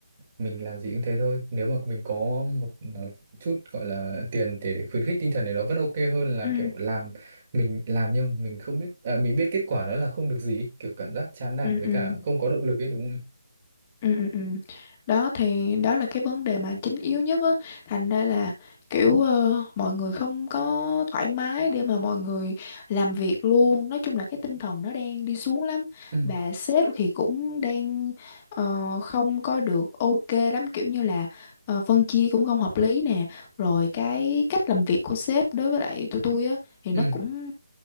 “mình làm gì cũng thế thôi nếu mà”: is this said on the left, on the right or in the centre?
Right